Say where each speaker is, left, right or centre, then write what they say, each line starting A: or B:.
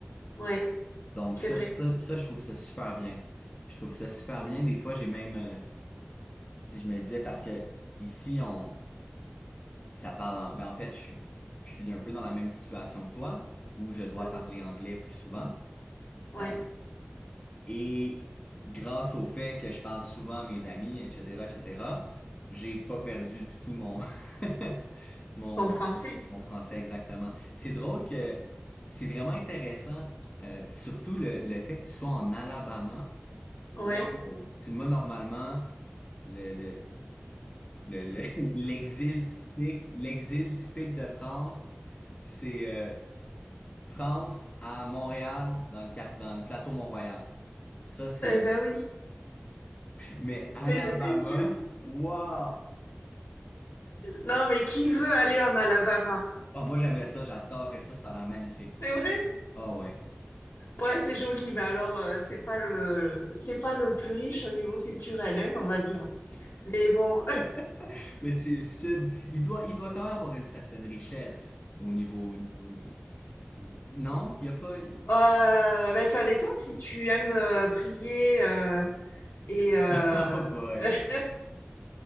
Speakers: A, on the left; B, on the left.
A: Ouais.
B: Donc
A: C'est
B: ça,
A: vrai.
B: ça, ça, je trouve ça super bien. Je trouve ça super
A: Oui.
B: bien. Des fois, j'ai même, euh, si je me disais, parce que ici, on, ça parle en, ben en fait, je suis, je suis un peu dans la même situation que toi, où je dois
A: Mm.
B: parler anglais plus souvent.
A: Ouais.
B: Euh, et grâce au fait que je parle souvent à mes amis, etc., etc., j'ai pas perdu du tout mon, <laughs> mon,
A: En français.
B: mon français exactement. C'est drôle que c'est vraiment intéressant, euh, surtout le, le fait que tu sois en Alabama. Wow!
A: Ouais.
B: Tu sais, moi, normalement, le, le, le- le- <laughs> l'exil typique, l'exil typique de France, c'est euh, France à Montréal, dans le, quart- dans le plateau Mont-Royal. Ça, c'est
A: Eh
B: le...
A: ben oui.
B: Mais Alabama,
A: C'est c'est sûr.
B: wow!
A: Non, mais qui veut aller en Alabama?
B: Ah, moi, j'aimerais ça, j'adorerais ça, ça a l'air magnifique.
A: C'est vrai.
B: Ah ouais.
A: Ouais, c'est joli, mais alors euh, c'est pas le c'est pas le plus riche au niveau culturel, hein, on va dire. Mais bon,
B: <laughs> Mais c'est le sud. Il doit, il doit quand même avoir une certaine richesse au niveau... au niveau- il- Non, il n'y a pas... <laughs>
A: <laughs> euh, ben, ça dépend si tu aimes euh, prier euh, et euh,
B: Oh boy!
A: <laughs>